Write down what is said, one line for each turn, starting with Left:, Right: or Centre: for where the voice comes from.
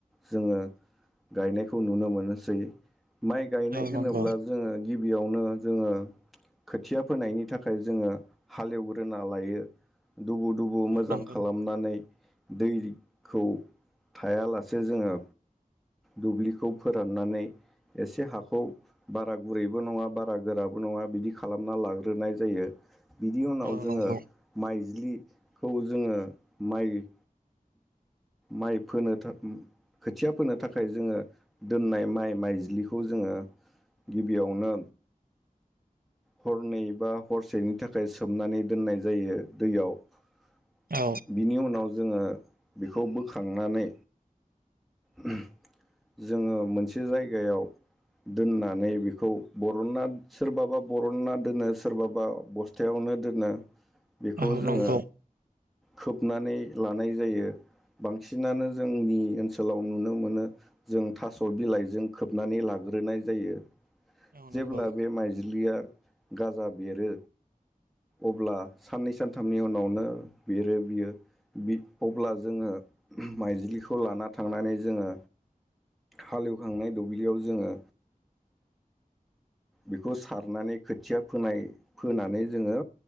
Centre: जोङो गायनायखौ नुनो मोनोसै माइ होनोब्ला
Right: औ नंगौ
Centre: जोङो गिबियावनो जोङो खोथिया फोनायनि थाखाय जोङो हालेवग्रोना लायो । दुबु दुबु मोजां
Right: औ नंगौ
Centre: खालामनानै दैखौ थायालासे जोङो दुब्लिखौ फोराननानै एसे हाखौ बारा गुरैबो नङा बारा गोराबो नङा बिदि खालामना लाग्रोनाय जायो । बिदि उनाव
Right: औ
Centre: जोङो
Right: नंगौ
Centre: माइज्लि खौ जोङो माइ माइ फोनो था खोथिया फोनो थाखाय जोङो दोननाय माइ माइज्लिखौ जोङो गिबियावनो हरनै बा हरसेनि थाखाय सोमनानै दोननाय जायो दैयाव ।
Right: औ
Centre: बिनि उनाव जोङो बेखौ बोखांनानै ‌ जोङो मोनसे जायगायाव दोननानै बेखौ बरनना सोरबाबा बरनना दोनो सोरबाबा बस्थायावनो दोनो । बेखौ
Right: औ
Centre: जोङो
Right: नंगौ
Centre: खोबनानै लानाय जायो बांसिनानो जोंनि ओन सोलाव नुनो मोनो जों थास' बिलाइजों खोबनानै लाग्रोनाय जायो ।
Right: औ
Centre: जेब्ला
Right: नंगौ
Centre: बे माइज्लिया गाजा बेरो अब्ला साननै सानथामनि उनावनो बेरो बियो अब्ला बि जोङो माइज्लिखौ लाना थांनानै जोङो हालेवखांनाय दुब्लियाव जोङो बेखौ सारनानै खोथिया फोनाय फोनानै जोङो